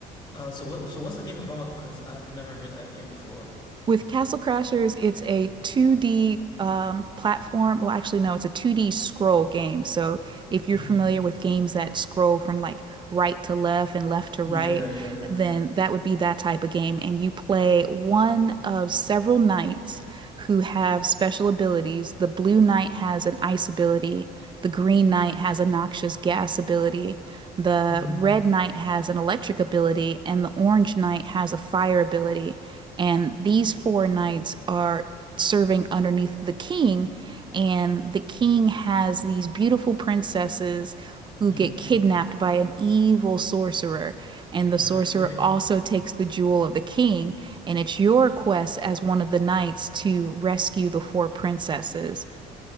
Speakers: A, on the left (about 30°); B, on the right (about 25°).
A: Uh, so what? So what's the game about? Because I've never heard that game before.
B: With Castle Crashers, it's a 2D um, platform. Well, actually, no, it's a 2D scroll game. So, if you're
A: hmm
B: familiar with games that scroll from like right to left and left to
A: Yeah,
B: right,
A: yeah, yeah.
B: then that would be that type of game. And you play one of several knights who have special abilities. The blue knight has an ice ability, the green knight has a noxious gas ability, the
A: hmm
B: red knight has an electric ability, and the orange knight has a fire ability and these four knights are serving underneath the king. And the king has these beautiful princesses who
A: hmm
B: get kidnapped by an evil sorcerer. And the
A: <laughs>
B: sorcerer
A: Okay.
B: also takes the jewel of the king. And it's your quest as one of the knights to rescue the four princesses.